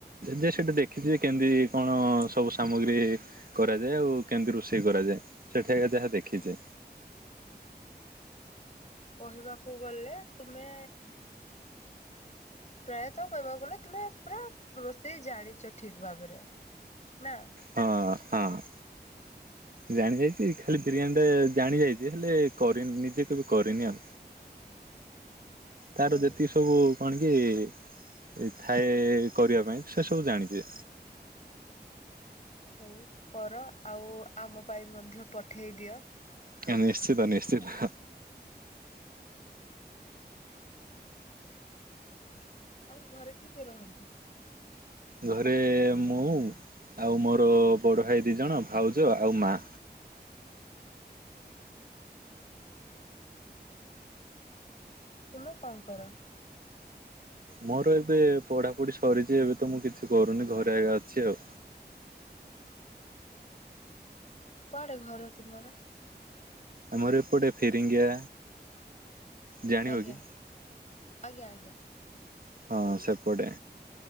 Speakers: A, on the right; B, on the left.
A: ଯେ ସେଠା ଦେ କିଛି କେମିତି କଣ ସବୁ ସାମଗ୍ରୀ। କରାଯାଏ ଆଉ କେମିତି ରୋଷେଇ କରାଯାଏ ସେଠା ଯାହା ଦେଖିଛେ।
B: କହିବାକୁ ଗଲେ ତୁମେ। ପ୍ରାୟତଃ କହିବାକୁ ଗଲେ ତୁମେ ପୁରା ରୋଷେଇ ଜାଣିଛ ଠିକ୍‌ ଭାବରେ ନା।
A: ହଁ ହଁ। ଜାଣି ଯାଇଛି ଖାଲି ବିରିୟାନୀ ଟା ଜାଣି ଯାଇଛି ହେଲେ କରିନି ନିଜେ କେବେ କରିନି ଆଉ। ତାର
B: ହଉ
A: ଯେତିକି ସବୁ କଣ କି ଥାଏ କରିବା ପାଇଁ ସେସବୁ ଜାଣିଛିି।
B: ହଉ କର ଆଉ ଆମ ପାଇଁ ମଧ୍ୟ ପଠେଇ ଦିଅ।
A: କ୍ୟା ନିଶ୍ଚିତ ନିଶ୍ଚିତ।
B: ହେଲା ନା ଆଉ ଘରେ କିଏ କିଏ ରହନ୍ତି?
A: ଘରେ ମୁଁ ଆଉ ମୋର ବଡ଼ ଭାଇ ଦୁଇଜଣ ଭାଉଜ ଆଉ ମାଆ।
B: ତୁମେ କଣ କର?
A: ମୋର ଏବେ ପଢ଼ାପଢ଼ି ସରିଛି ଏବେ ତ ମୁଁ କିଛି କରୁନି ଘରେ ଆଗା ଅଛି ଆଉ।
B: କୁଆଡେ ଘର ତୁମର?
A: ଆମରି ଏପଟେ ଫିରିଙ୍ଗିଆ। ଜାଣିବ
B: ଆଜ୍ଞା
A: କି?
B: ଆଜ୍ଞା ଆଜ୍ଞା
A: ହଁ ସେପଟେ